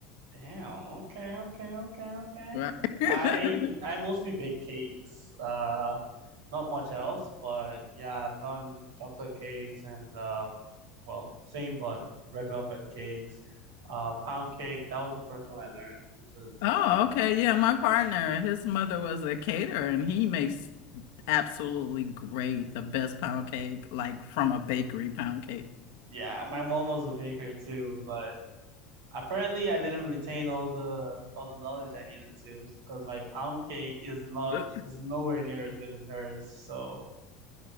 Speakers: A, on the right; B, on the left.
A: Damn. Okay. Okay. Okay. Okay.
B: Right. <laughs>
A: I I mostly bake cakes. Uh, not much else, but yeah, I've done chocolate cakes and um, well, same but red velvet cakes. Uh, pound cake. That was the first one I learned, which was
B: Oh, okay. Yeah, my partner, his mother was a caterer and he makes absolutely great, the best pound cake, like from a bakery pound
A: yeah. My mom was a baker too, but apparently I didn't retain all the all the knowledge I needed to because my pound cake is not
B: You
A: is nowhere near as good as hers. So.